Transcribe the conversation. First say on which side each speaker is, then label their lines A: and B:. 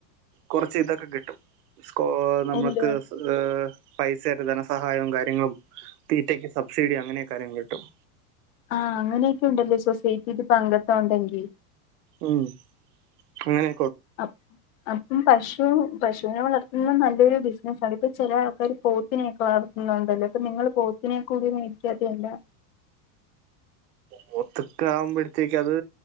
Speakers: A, on the right; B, on the left.
A: കുറച്ച് ഇതൊക്കെ കിട്ടും സ്കോ നമ്മുക്ക്
B: എന്തുവാ
A: പൈസായിട്ട് ധനസഹായവും കാര്യ ങ്ങളും തീറ്റക്ക് സബ്സിഡി അങ്ങനെ കാര്യങ്ങൾ കിട്ടും
B: ആഹ് അങ്ങനെയൊക്കെ ഉണ്ടല്ലോ സൊസൈറ്റിൽ പ അംഗത്തം ഉണ്ടെങ്കിൽ
A: ഉം അങ്ങനെ
B: അപ് അപ്പം പശു പശുനെ വളർത്തുന്നത് നല്ലൊരു ബിസിനസ്സാണ് ഇപ്പ ചെല ആൾക്കാര് പോത്തിനെയൊക്കെ വളർത്തുന്നണ്ടല്ലോ ഇപ്പൊ നിങ്ങള് പോ തിനെ കൂടി മേടിക്കാത്തെയെന്താ
A: പോത്തൊക്കെ ആകുമ്പഴ്ത്തേക്ക് അത്